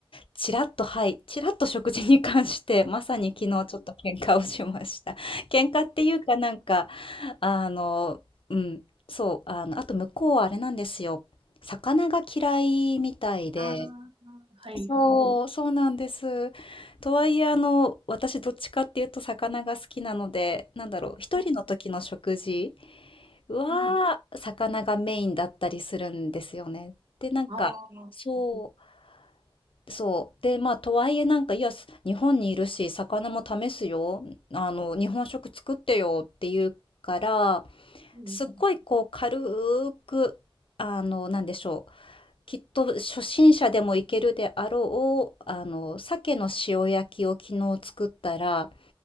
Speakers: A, on the left; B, on the right.
A: ちらっと、はい、ちらっと食事に関して、<laughs> まさに昨日ちょっと喧嘩をしました。<laughs> 喧嘩っていうか、なんか、あの、うん、そう、あの、あと向こうはあれなんですよ。魚が嫌いみたいで、
B: ああー、はいはい。
A: そう、そうなんです。とはいえ、あの、私どっちかっていうと魚が好きなので、なんだろう、一人の時の食事
B: うん。
A: は魚がメインだったりするんですよね。
B: うん。
A: で、なんか、
B: ああ、
A: そう、そう。で、まあ、とはいえなんか、いや、す日本にいるし、魚も試すよ。あの、日本食作ってよって言うから、
B: うん。
A: すっごいこう、軽く、あの、なんでしょう。きっと初心者でもいけるであろう、あの、鮭の塩焼きを昨日作ったら、